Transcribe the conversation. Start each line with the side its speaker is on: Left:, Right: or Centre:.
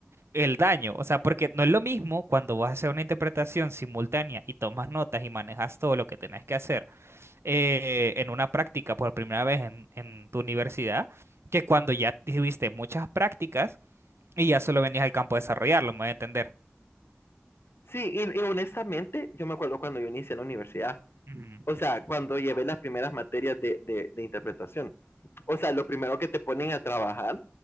Right: el daño, o sea, porque no es lo mismo cuando vas a hacer una interpretación simultánea y tomas notas y manejas todo lo que tenés que hacer eh, en una práctica por primera vez en, en tu universidad, que cuando ya tuviste muchas prácticas y ya solo venías al campo a desarrollarlo, me voy a entender.
Left: sí, y, y, honestamente, yo me acuerdo cuando yo inicié en la universidad,
Right: Ujú,
Left: o sea, cuando llevé las primeras materias de, de, de interpretación, o sea, lo primero que te ponen a trabajar